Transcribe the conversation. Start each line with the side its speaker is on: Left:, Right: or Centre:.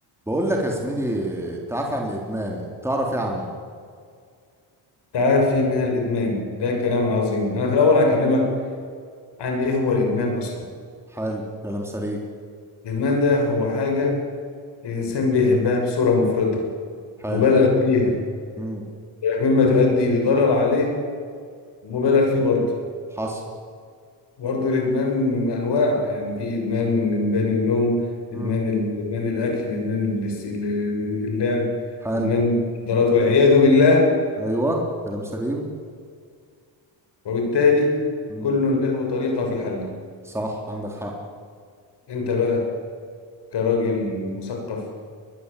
Centre: بقول لك يا زميلي التعافي عن الادمان تعرف ايه عنه
Left: تعافي من الإدمان ده كلام عظيم أنا في الأول هكلمك عن إيه هو الإدمان أصلا
Centre: حلو كلام سليم
Left: الإدمان ده هو حاجة الإنسان بيحبها بصورة مفرطة
Centre: حلو
Left: مبالغ فيها
Centre: امم
Left: مما تؤدي لضرر عليه مبالغ فيه برضه
Centre: حصل
Left: برضه الإدمان أنواع يعني في إدمان إدمان النوم
Centre: امم
Left: إدمان ال- إدمان الأكل إدمان البلايس- اللعب
Centre: حلو
Left: إدمان المخدرات والعياذ بالله
Centre: ايوه كلام سليم
Left: وبالتالي
Centre: امم
Left: كل له طريقة في حله
Centre: صح عندك حق
Left: أنت بقى كراجل مثقف